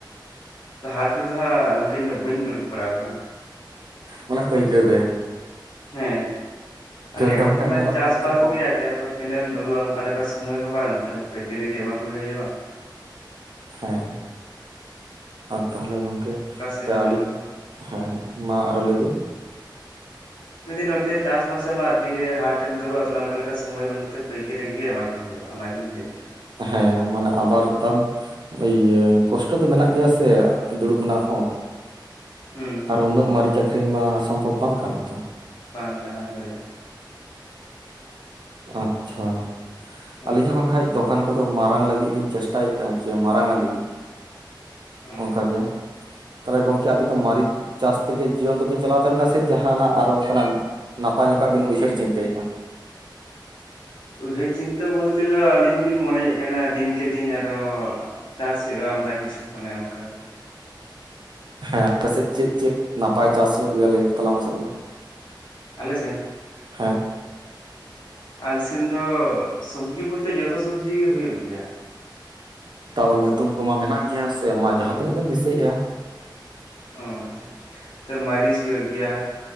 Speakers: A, on the left; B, on the right.
A: ᱛᱚ ᱦᱟᱸᱴ ᱨᱮᱫᱚ ᱦᱟᱸᱜ ᱜᱚᱝᱠᱮ ᱤᱧ ᱫᱚ ᱵᱟᱹᱧ ᱫᱩᱲᱩᱵ ᱵᱟᱲᱟ ᱠᱟᱱᱟ᱾
B: ᱢᱟᱱᱮ ᱯᱟᱹᱭᱠᱟᱹᱨ ᱨᱮ᱾
A: ᱦᱮᱸ ᱟᱨ ᱱᱮ
B: ᱫᱚ ᱦᱟᱸᱜ
A: ᱦᱚᱲ
B: ᱠᱷᱟᱡ
A: ᱚᱱᱟ
B: ᱧᱮᱞᱚᱜ
A: ᱪᱟᱥ-ᱵᱟᱥ
B: ᱠᱟᱱᱟ ᱡᱮ ᱠᱚᱢ
A: ᱜᱮᱭᱟ ᱛᱟ ᱯᱚᱨ ᱛᱤᱱᱟᱹᱜ ᱮᱢ ᱫᱩᱲᱩᱵᱼᱟ ᱚᱱᱠᱟ ᱞᱮᱠᱟ ᱥᱚᱢᱚᱭ ᱦᱚᱸ ᱵᱟᱝ ᱛᱟᱦᱚᱞᱮ ᱯᱟᱹᱭᱠᱟᱹᱨ ᱨᱮᱜ ᱮᱢᱟ ᱠᱚᱜᱮ ᱦᱩᱭᱩᱜᱼᱟ᱾
B: ᱦᱮᱸ ᱟᱨ ᱛᱟᱦᱚᱞᱮ ᱜᱚᱝᱠᱮ
A: ᱚᱠᱟ ᱥᱮᱫ
B: ᱛᱮ
A: ᱮᱢ ᱧᱮᱞᱟ
B: ᱟᱹᱞᱤᱝ
A: ᱦᱳᱭ
B: ᱦᱮᱸ ᱢᱟ ᱟᱨᱚ ᱞᱟᱹᱭᱵᱤᱱ᱾
A: ᱢᱤᱫ ᱫᱤᱱ ᱱᱚᱛᱮ ᱪᱟᱥ-ᱵᱟᱥ ᱟᱢᱟᱜ ᱛᱤᱨᱮ ᱦᱟᱴᱮᱢ ᱫᱩᱵᱼᱟ ᱛᱟᱦᱚᱞᱮ ᱚᱱᱠᱟ ᱞᱮᱠᱟ ᱥᱚᱢᱳᱚᱭ ᱵᱟᱹᱱᱮᱛᱮ ᱯᱟᱹᱭᱠᱟᱹᱨᱤ ᱜᱮ ᱮᱢᱟ ᱦᱩᱭᱩᱜᱼᱟ᱾ ᱚᱱᱟᱜᱤᱧ ᱞᱮᱭᱮᱫ ᱛᱟᱦᱮᱸᱱᱟ᱾
B: ᱦᱮᱸ ᱢᱟᱱᱮ ᱟᱵᱟᱨ ᱛᱟᱵ ᱤᱭᱟᱹ ᱠᱚᱥᱴᱚ ᱫᱚ ᱢᱮᱱᱟᱜ ᱜᱮᱭᱟ ᱥᱮ ᱫᱩᱲᱩᱵ ᱨᱮᱱᱟᱜ ᱦᱚᱸ᱾
A: ᱦᱩᱸ ᱦᱩᱸ
B: ᱟᱨ ᱩᱱᱟᱹᱜ ᱢᱟᱹᱨᱤᱪ ᱟᱹᱠᱷᱨᱤᱧ ᱢᱟ ᱥᱚᱢᱵᱷᱚᱵᱽ ᱵᱟᱝ ᱠᱟᱱᱟ ᱛᱚ᱾
A: ᱵᱟᱝ ᱠᱟᱱᱟ ᱦᱳᱭ᱾
B: ᱟᱪᱪᱷᱟ
A: ᱦᱳᱭ
B: ᱟᱹᱞᱤᱧ ᱦᱚᱸ ᱦᱟᱸᱠᱷᱟᱡ ᱫᱚᱠᱟᱱ ᱠᱚᱫᱚ ᱢᱟᱨᱟᱝ ᱞᱟᱹᱜᱤᱫ ᱞᱤᱧ ᱪᱮᱥᱴᱟᱭᱮᱫᱼᱟ ᱡᱮ ᱢᱟᱨᱟᱝ ᱟᱹᱞᱤᱧ
A: ᱦᱩᱸ᱾
B: ᱚᱝᱠᱟᱜ ᱜᱮ ᱛᱟᱦᱚᱞᱮ ᱜᱚᱝᱠᱮ ᱟᱵᱤᱱ ᱫᱚ ᱢᱟᱨᱟᱹᱨᱤᱪ ᱪᱟᱥ ᱛᱮᱜᱮ ᱡᱤᱭᱚᱱ ᱫᱚᱵᱤᱱ ᱪᱟᱞᱟᱣ ᱛᱟᱵᱤᱱᱟ ᱥᱮ ᱡᱟᱦᱟᱸᱱᱟᱜ ᱟᱨᱚ ᱚᱝᱠᱟᱱᱟᱜ ᱱᱟᱯᱟᱭ ᱧᱚᱜᱚᱠᱟᱜ ᱵᱤᱱ ᱩᱭᱦᱟᱹᱨ ᱪᱤᱱᱛᱟᱹᱭᱮᱫᱟ,
A: ᱩᱭᱦᱟᱹᱨ ᱪᱤᱱᱛᱟᱹ ᱵᱚᱞᱛᱮ ᱫᱚ ᱟᱹᱞᱤᱧ ᱦᱚᱞᱤᱧ ᱢᱚᱱᱮᱭᱮᱫ ᱠᱟᱱᱟ ᱫᱤᱱᱠᱮ ᱫᱤᱱ ᱟᱨᱚ ᱪᱟᱥ ᱦᱩᱭᱩᱜᱼᱟ ᱟᱢᱫᱟ ᱠᱤᱪᱩ ᱚᱱᱮ <unintelligible> ᱠᱟᱱᱟ᱾
B: ᱦᱮᱸ ᱟᱯᱮᱥᱮᱫ ᱪᱮᱫ ᱪᱮᱫ ᱱᱟᱯᱟᱭ ᱪᱟᱥ ᱦᱩᱭᱩᱜ ᱞᱟᱹᱭ ᱛᱟᱞᱟᱝ ᱢᱟᱥᱮᱫ ᱢᱟ᱾
A: ᱟᱞᱮ ᱥᱮᱱ?
B: ᱦᱮᱸ
A: ᱟᱞᱮ ᱥᱮᱱ ᱫᱚ ᱥᱚᱵᱡᱤ ᱵᱚᱞᱛᱮ ᱡᱚᱛᱚ ᱥᱚᱵᱡᱤᱜ ᱜᱮ ᱦᱩᱭᱩᱜ ᱜᱮᱭᱟ᱾
B: ᱛᱟᱣ ᱧᱩᱛᱩᱢ ᱠᱚᱢᱟ ᱢᱮᱱᱟᱜ ᱜᱮᱭᱟ ᱥᱮ ᱢᱟ ᱡᱟᱦᱟᱸ ᱛᱤᱱᱟᱹᱜ ᱜᱮ ᱮᱢ ᱫᱤᱥᱟᱹᱭᱮᱜᱼᱟ᱾
A: ᱚ ᱟᱪᱪᱷᱟ ᱛᱚ ᱢᱟᱹᱨᱤᱪ ᱦᱩᱭᱩᱜ ᱜᱮᱭᱟ